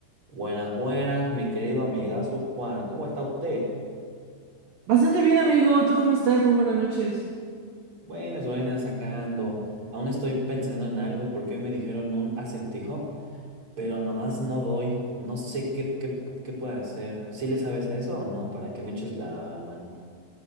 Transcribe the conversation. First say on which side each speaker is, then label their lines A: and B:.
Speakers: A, on the right (about 30°); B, on the right (about 60°).
A: Buenas, buenas, mi querido amigazo Juan, ¿cómo está usted?
B: Bastante bien, amigo. ¿Tú cómo estás? Muy buenas noches.
A: Buenas, buenas, sacando. Aún estoy pensando en algo porque hoy me dijeron un acertijo, pero nomás no doy. No sé qué, qué, qué puedo hacer. ¿Sí le sabes a eso o no? ¿Para que me eches la mano?